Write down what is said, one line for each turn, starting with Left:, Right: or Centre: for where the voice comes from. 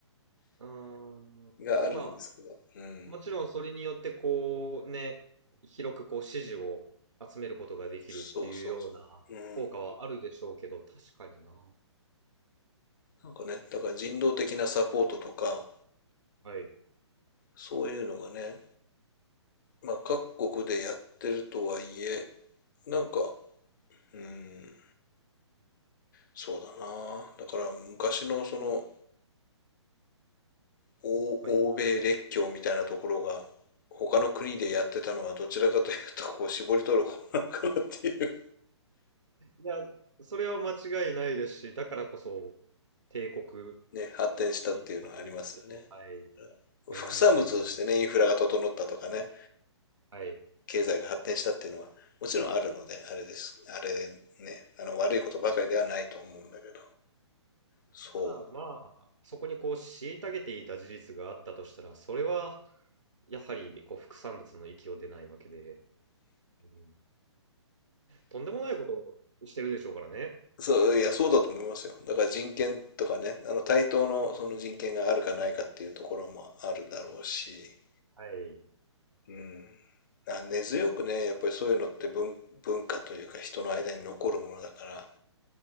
Right: ーん。
Left: があるんですけど、
Right: まあ、
Left: うん。
Right: もちろんそれによってこう、ね、広くこう、支持を集めることができるっていうような効果はあるでしょうけど、
Left: そうそうそう。うん。
Right: 確かにな。
Left: なんかね、だから人道的なサポートとか、
Right: はい。
Left: そういうのがね、まあ、各国でやってるとはいえ、なんか、うん、そうだな。だから昔のその、欧欧米列強みたいなところが、
Right: はい。い
Left: 他の国でやってたのはどちらかというと、こう、絞り取る方なのかなっていう
Right: や、それは間違いないですし、だからこそ帝国
Left: <laughs> ね、発展したっていうのはありますよね。
Right: を築いたわけですけど、はい。うーん。
Left: 副産物としてね、インフラが整ったとかね、
Right: はい。
Left: 経済が発展したっていうのは、もちろんあるので、あれです。あれね、あの、悪いことばかりではないと思うんだけど、そう。
Right: ただ、まあ、そこにこう、虐げていた事実があったとしたら、それは、やはり、こう、副産物の域を出ないわけで、うん、とんでもないことをしてるでしょうからね。
Left: そう、いや、そうだと思いますよ。だから人権とかね、あの対等のその人権があるかないかっていうところもあるだろうし、
Right: はい。
Left: うん。あ、根強くね、やっぱりそういうのって文、文化というか人の間に残るものだから、